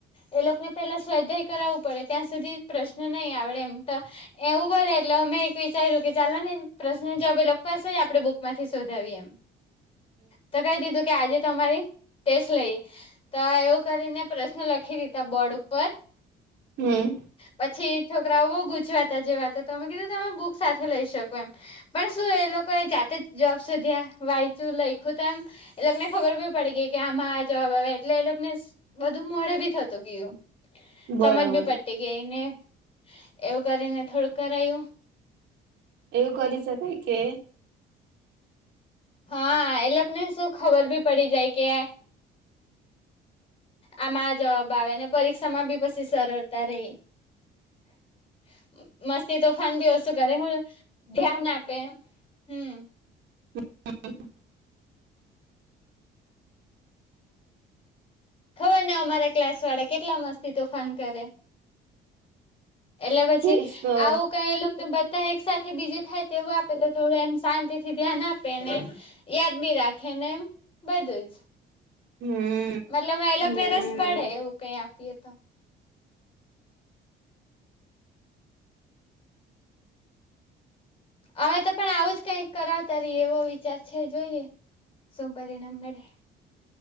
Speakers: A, on the left; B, on the right.
A: એ લોકને પેલા સ્વાધ્યાય કરાવવું પડે, ત્યાં સુધી પ્રશ્ન નહીં આવડે એમ તો. એવું બોલે એટલે અમેં એક વિચાર્યું કે ચાલો ને પ્રશ્ન જવાબ એ લોક પાસે જ આપડે બુક માંથી શોધાવીએ એમ. તો કહી દીધું કે આજે તમારી ટેસ્ટ લઈએ, તો એવું કરીને પ્રશ્ન લખી દીધા બોર્ડ ઉપર.
B: હમ્મ.
A: પછી છોકરાઓ બહુ ગુંચવાતા જેવા હતા તો અમે કીધું તમે બુક સાથે લઈ શકો એમ. પણ શું એ લોકો એ જાતે જ જવાબ શોધ્યાં, વાંયચુ, લઈખું તો એમ એ લોકને ખબર ભી પડી ગઈ કે આમાં જ જવાબ આવે એટલે એ લોક ને બધું મોઢે બી થતું ગયું.
B: બરોબર
A: સમજ બી પડ તી ગઈ ને, એવું કરીને થોડુંક કરાયું.
B: એવું કરી શકાય કે
A: હા એ લોકને શું ખબર ભી પડી જાય કે આમાં જવાબ આવે ને પરીક્ષામાં બી પછી સરળતા રહે. <inaudible> મસ્તી તોફાન બી ઓછું કરે, હું ધ્યાન આપે. હમ્મ.
B: <inaudible>
A: ખબર ને અમારા ક્લાસવાળા કેટલા મસ્તી તોફાન કરે. એટલે પછી
B: તેજ તો
A: આવું કંઈ એ લોકને <unintelligible> તાં એક સાથે બીજું થાય તેવું આપે તો થોડું એમ શાંતિ થી ધ્યાન આપે ને. યાદ બી રાખે ને એમ, બધું જ.
B: હમ્મ.
A: મતલબ એ લોક ને રસ પડે એવું કંઈ આપીએ તો. હવે તો પણ આવું જ કંઈક કરાવતા રહીએ એવો વિચાર છે જોઈએ, શું પરિણામ મળે.